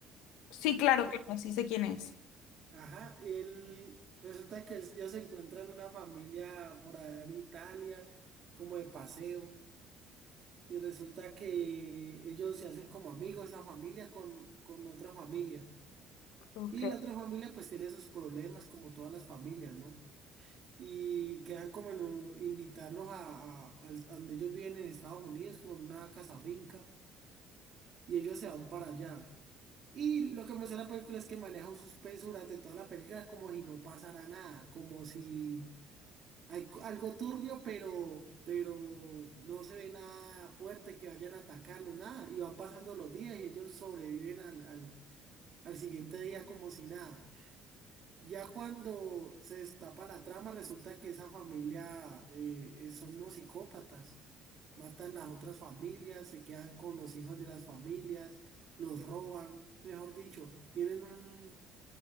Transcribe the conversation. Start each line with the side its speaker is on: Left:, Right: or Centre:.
Left: Sí, claro que no, sí sé quién es.
Right: Ajá, él resulta que ellos se encuentran una familia por allá en Italia, como de paseo, y resulta que ellos se hacen como amigos, esa familia con, con otra familia.
Left: Ok.
Right: Y la otra familia pues tiene sus problemas como todas las familias, ¿no? Y quedan como en un- invitarlos a, a- al- a donde ellos viven en Estados Unidos, como en una casa finca, y ellos se van para allá. Y lo que muestra la película es que maneja un suspenso durante toda la película como si no pasara nada, como si hay co- algo turbio, pero, pero no se ve nada fuerte que vayan a atacarlos, nada. Y van pasando los días y ellos sobreviven al, al al siguiente día como si nada. Ya cuando se destapa la trama, resulta que esa familia eh, eh, son unos psicópatas. Matan las otras familias, se quedan con los hijos de las familias, los roban, mejor dicho, tienen un